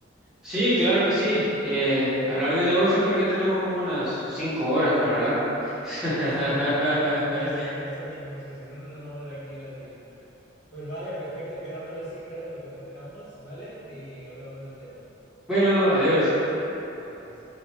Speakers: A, in the centre; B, on the left.
A: Sí, claro que sí. Eh,
B: ¿sí?
A: hablar de negocios creo que tenemos como unas cinco horas
B: Sí,
A: para hablar.
B: sí.
A: <laughs>
B: <laughs> Por eso, por eso mismo, es que si no nos vamos aquí la tira. Pues vale, perfecto, quedamos así, Gerardo, contactamos, ¿vale? Y hablamos del tema.
A: Bueno, adiós.
B: Adiós.